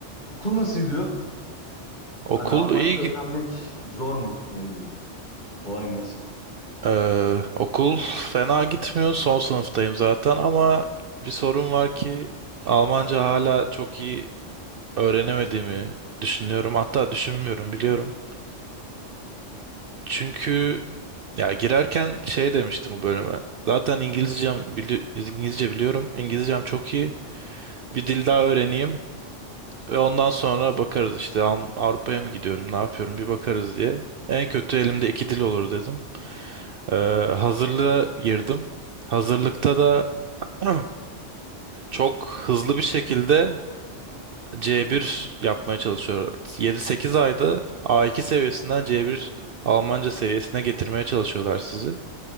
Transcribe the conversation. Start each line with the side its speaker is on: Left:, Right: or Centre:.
Left: Okul nasıl gidiyor?
Right: Okul
Left: Hani Almanca
Right: iyi
Left: öğrenmek
Right: git
Left: zor mu? Ne bileyim. Kolay mı? Nasıl?
Right: eee, okul fena gitmiyor. Son sınıftayım zaten ama bir sorun var ki Almanca hala çok iyi öğrenemediğimi düşünüyorum. Hatta düşünmüyorum biliyorum. Çünkü ya girerken şey demiştim bu bölüme. Zaten İngilizcem bili- İngilizce biliyorum. İngilizcem çok iyi. Bir dil daha öğreneyim ve ondan sonra bakarız işte Av- Avrupa'ya mı gidiyorum, ne yapıyorum bir bakarız diye. En kötü elimde iki dil olur dedim. Ee, hazırlığa girdim. Hazırlıkta da <clears throat> çok hızlı bir şekilde C1 yapmaya çalışıyor. Yedi sekiz ayda A2 seviyesinden C1 Almanca seviyesine getirmeye çalışıyorlar sizi.